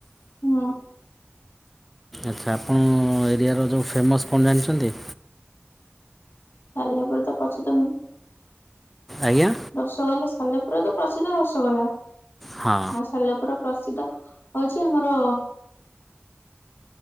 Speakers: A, on the left; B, in the centre.
A: ହୁଁ।
B: ଆଚ୍ଛା ଆପଣଙ୍କ ଏରିଆର ଯୋଉ ଫେମସ୍ କଣ ଜାଣିଛନ୍ତି?
A: ସାଲେପୁର ତ ପ୍ରସିଦ୍ଧ ନୁହେଁ।
B: ଆଜ୍ଞା।
A: ରସଗୋଲା ସାଲେପୁର ତ ପ୍ରସିଦ୍ଧ ରସଗୋଲା ଆଉ
B: ହଁ
A: ସାଲେପୁର ପ୍ରସିଦ୍ଧ ହଉଛି ଆମର